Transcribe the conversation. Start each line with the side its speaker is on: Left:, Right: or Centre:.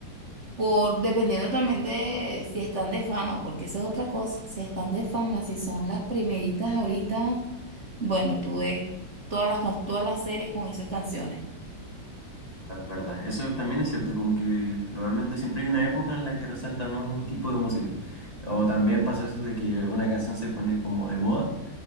Right: por dependiendo también de si están de fama, porque esa es otra cosa, si están de fama, si son las primeritas ahorita, bueno, tú ves todas las can- todas las series con esas canciones.
Left: Es verdad, eso también es cierto, como que normalmente siempre hay una época en la que resalta más un tipo de música. O también pasa eso de que una canción se pone como de moda.